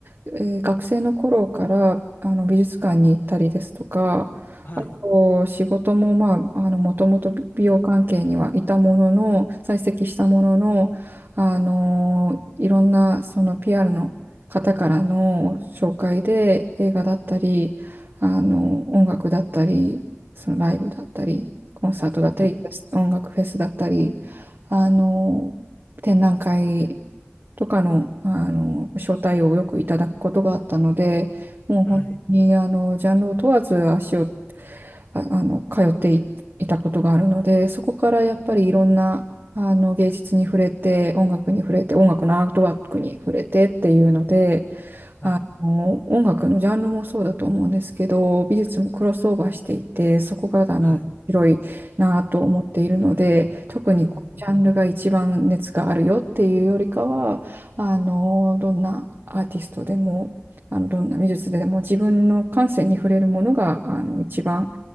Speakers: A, on the right (about 50°); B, on the left (about 45°).
A: えー学生の頃から、あの、美術館に行ったりですとか、
B: はい、
A: あと、仕事も、まあ、あの、もともと美容関係にはいたものの、在籍したものの、あの、いろんな、その PR の方からの紹介で映画だったり、あの、音楽だったり、そのライブだったり、コンサートだったり、
B: はい。
A: 音楽フェスだったり、あの、展覧会とかの、あの招待をよくいただくことがあったので、もう本当にあのジャンルを問わず足を
B: はい、
A: あ、あの通ってい、いたことがあるので、そこからやっぱりいろんなあの芸術に触れて、音楽に触れて、音楽のアートワークに触れてっていうので、
B: はい、
A: あの音楽のジャンルもそうだと思うんですけど、美術もクロスオーバーしていて、そこがあの広いなと思っているので、
B: はい。
A: 特にこのジャンルが一番熱があるよっていうよりかは、
B: うーん、
A: あのどんなアーティストでも、あのどんな美術でも自分の感性に触れるものがあの一番